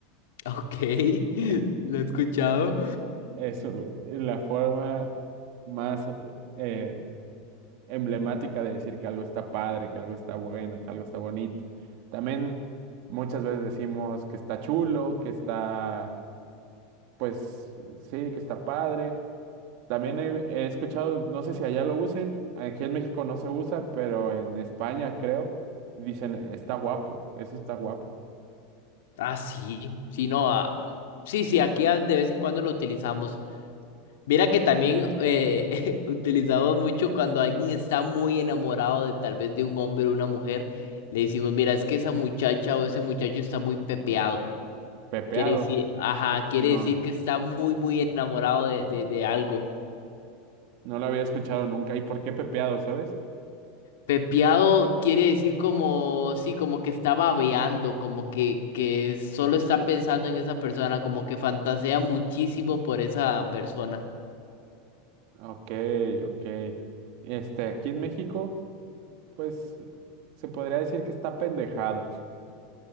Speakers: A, on the left; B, on the right.
A: Ok, <laughs>
B: <laughs>
A: lo he escuchado.
B: Es u- la forma más eh, emblemática de decir que algo está padre, que algo está bueno, que algo está bonito. También muchas veces decimos que está chulo, que está, pues sí, que está padre. También he, he escuchado, no sé si allá lo usen, aquí en México no se usa, pero en España creo, dicen está guapo, eso está guapo.
A: Ah, sí, sí, no, ah, sí, sí, aquí ah, de vez en cuando lo utilizamos. Mira que también eh, <laughs> utilizamos mucho cuando alguien está muy enamorado de tal vez de un hombre o una mujer, le decimos, mira, es que esa muchacha o ese muchacho está muy pepeado.
B: Pepeado.
A: Quiere decir, ajá,
B: Eso
A: quiere
B: sí, no.
A: decir que está muy, muy enamorado de, de, de algo.
B: No lo había escuchado nunca. ¿Y por qué pepeado, sabes?
A: Pepeado quiere decir como, sí, como que está babeando, como que, que solo está pensando en esa persona, como que fantasea muchísimo por esa persona.
B: Ok, ok. Este, aquí en México. pues se podría decir que está pendejado